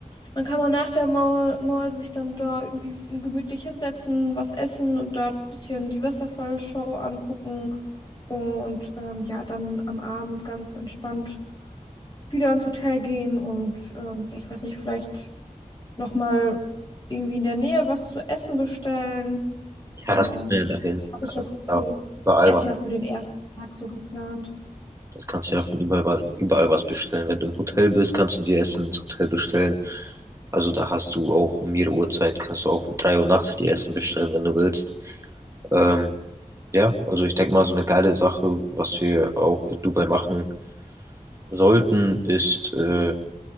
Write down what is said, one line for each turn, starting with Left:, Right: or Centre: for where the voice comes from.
Left: Dann kann man nach der Mall, Mall sich dann da irgendwie f- gemütlich hinsetzen, was essen und da ein bisschen die Wasserfallshow angucken. Und ähm, ja, dann am Abend ganz entspannt wieder ins Hotel gehen und ähm, ja, ich weiß nicht, vielleicht nochmal irgendwie in der Nähe was zu essen bestellen. Genau.
Right: Ja, das kriegt man ja dahin.
Left: Das habe ich jetzt so
Right: Ja, überall
Left: erstmal
Right: was.
Left: für den ersten Tag so geplant.
Right: Das kannst du ja von überall, überall was bestellen. Wenn du im Hotel bist, kannst du dir Essen ins Hotel bestellen. Also da hast du auch um jede Uhrzeit, kannst du auch um 3 Uhr nachts dir Essen bestellen, wenn du willst. Ähm, ja, also ich denke mal, so eine geile Sache, was wir auch in Dubai machen sollten, ist, äh,